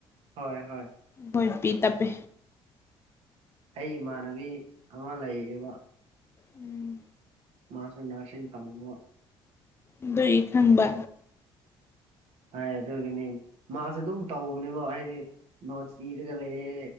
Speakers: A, on the right; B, on the left.
A: ꯍꯣꯏ ꯍꯣꯏ
B: ꯍꯣꯏ ꯇꯄꯤ ꯇ ꯄꯦ
A: ꯑꯩ ꯏꯃꯥꯟꯅꯕꯤ ꯑꯃ ꯂꯩꯌꯦꯕ
B: ꯎꯝ
A: ꯃꯥꯁ ꯅꯔꯁꯤꯡꯤꯡ ꯀꯝꯣ
B: ꯑꯗꯨꯏ ꯈꯪꯕ
A: ꯍꯥꯏ ꯑꯗꯨꯒꯤꯅꯤ ꯃꯥꯁꯦ ꯑꯗꯨꯝ ꯇꯧꯕꯅꯤꯃꯣ ꯍꯥꯏꯗꯤ ꯅꯣꯠꯁ ꯏꯔꯒ ꯂꯩꯌꯦ